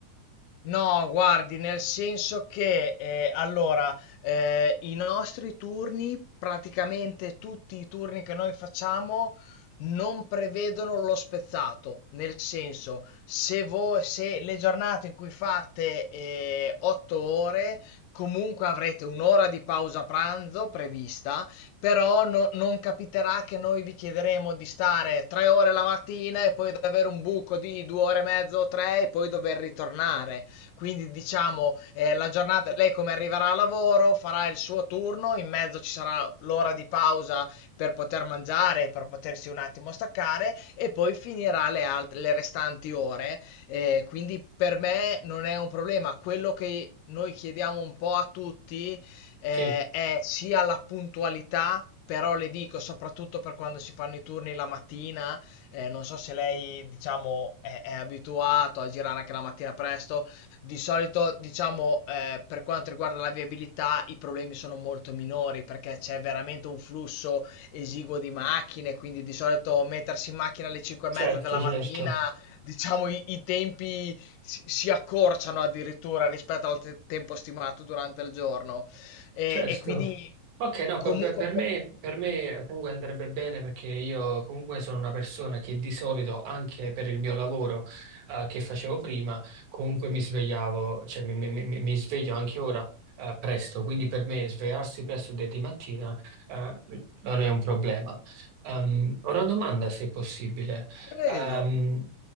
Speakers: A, on the left; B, on the right.
A: No, guardi, nel senso che eh, allora eh, i nostri turni, praticamente tutti i turni che noi facciamo, non prevedono lo spezzato. Nel senso, se voi, se le giornate in cui fate eh, 8 ore, comunque avrete un'ora di pausa pranzo prevista, però no- non capiterà che noi vi chiederemo di stare tre ore la mattina e poi di avere un buco di due ore e mezzo o tre e poi dover ritornare. Quindi diciamo, eh, la giornata, lei come arriverà a lavoro, farà il suo turno, in mezzo ci sarà l'ora di pausa per poter mangiare, per potersi un attimo staccare e poi finirà le alt- le restanti ore. Eh, quindi per me non è un problema. Quello che noi chiediamo un po' a tutti eh,
B: Sì,
A: è sia la puntualità, però le dico soprattutto per quando si fanno i turni la mattina, eh, non so se lei, diciamo, è, è abituato a girare anche la mattina presto, di solito, diciamo, eh, per quanto riguarda la viabilità, i problemi sono molto minori perché c'è veramente un flusso esiguo di macchine, quindi di solito mettersi in macchina alle 5 e
B: certo,
A: mezza della mattina,
B: certo,
A: diciamo, i, i tempi si, si accorciano addirittura rispetto al te- tempo stimato durante il giorno. E,
B: certo.
A: e quindi
B: Ok, no,
A: comunque...
B: per, per- per me, per me comunque andrebbe bene perché io comunque sono una persona che di solito, anche per il mio lavoro eh, che facevo prima, comunque mi svegliavo, cioè mi, mi- mi- mi sveglio anche ora eh, presto, quindi per me svegliarsi presto de- di mattina eh, non è un problema. Ehm, ho una domanda se è possibile.
A: Prego.
B: Ehm,